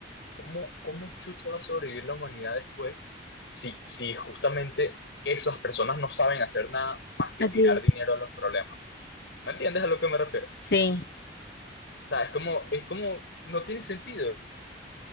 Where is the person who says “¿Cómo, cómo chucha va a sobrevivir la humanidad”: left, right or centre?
Left